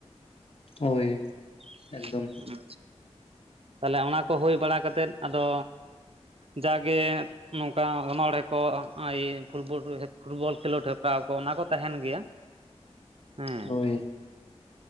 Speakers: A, on the left; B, on the right.
A: ᱦᱳᱭ
B: ᱟᱪᱪᱷᱟ
A: ᱮᱠᱫᱚᱢ
B: ᱛᱟᱦᱚᱞᱮ ᱚᱱᱟ ᱠᱚ ᱦᱩᱭ ᱵᱟᱲᱟ ᱠᱟᱛᱮᱫ ᱟᱫᱚ ᱡᱟᱜᱮ ᱚᱱᱠᱟ ᱚᱱᱚᱲᱦᱮ ᱠᱚ <unintelligible> ᱯᱷᱩᱴᱵᱚᱞ ᱠᱷᱮᱞᱳᱰ ᱦᱮᱯᱨᱟᱣ ᱠᱚ ᱚᱱᱟ ᱠᱚ ᱛᱟᱦᱮᱱ ᱜᱮᱭᱟ ᱦᱮᱸ
A: ᱦᱳᱭ